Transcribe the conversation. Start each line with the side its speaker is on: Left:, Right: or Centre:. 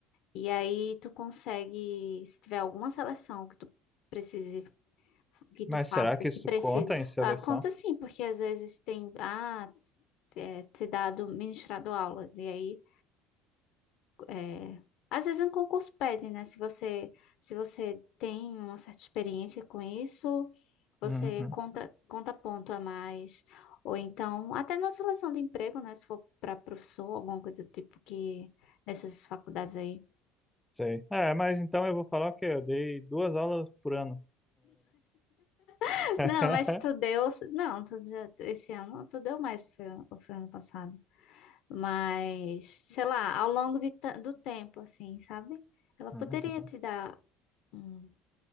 Left: E aí tu consegue, se tiver alguma seleção que tu precise, que
Centre: Mas
Left: tu faça,
Centre: será que
Left: que
Centre: isso
Left: precisa.
Centre: conta em seleção?
Left: Ah, conta sim, porque às vezes tem, ah, é, ter dado, ministrado aulas. E aí é, às vezes um concurso pede, né? Se você, se você tem uma certa experiência com isso, você
Centre: Uhum,
Left: conta, conta ponto a mais. Ou então, até na seleção de emprego, né? Se for para professor, alguma coisa do tipo que nessas faculdades aí.
Centre: sei. É, mas então eu vou falar que eu dei duas aulas por ano.
Left: <laughs>
Centre: <laughs>
Left: Não, mas tu deu. Não, tu já, esse ano tu deu mais, ou foi, ou foi ano passado. Mas, sei lá, ao longo de ta- do tempo, assim, sabe? Ela poderia
Centre: Uhum.
Left: te dar. um-